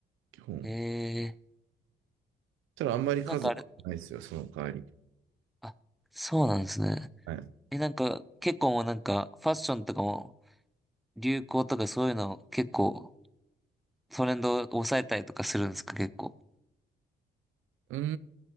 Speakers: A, on the right; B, in the centre.
A: 基本。
B: えー、
A: ただあんまり数はないですよ、
B: なんかあれ、
A: その代わり。
B: あ、そうなんですね。
A: はい。う
B: え、なんか、結構もうなんか、ファッションとかも、流行とかそういうの結構、トレンドを抑えたりとかするんですか、結構。
A: ー